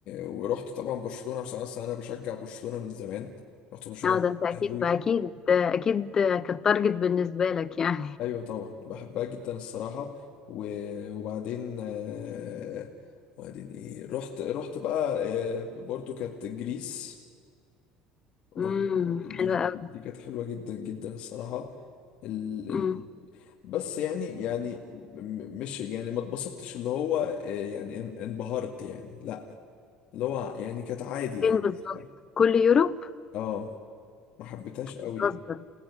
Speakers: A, on the left; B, on the left.
A: ورحت طبعا برشلونة عشان أصلا أنا بشجع برشلونة من زمان رحت برشلونة
B: اه ده انت اكيد
A: بحبها قوي
B: اكيد اكيد كانت تارجت بالنسبه لك يعني
A: أيوة طبعا بحبها جدا الصراحة و... وبعدين آه، وبعدين إيه رحت رحت بقى آه، برضو كانت جريس
B: <laughs>
A: رحنا
B: امم
A: دي
B: حلوه قوي
A: دي كانت حلوة جدا جدا الصراحة ال...
B: امم
A: ال... بس يعني يعني م- مش يعني ما اتبسطتش اللي هو آه، يعني ان- انبهرت يعني لا اللي هو يعني كانت عادي
B: فين
A: يعني
B: بالظبط
A: الصراحة
B: كل يوروب
A: اه ما حبيتهاش قوي
B: بتهزر
A: يعني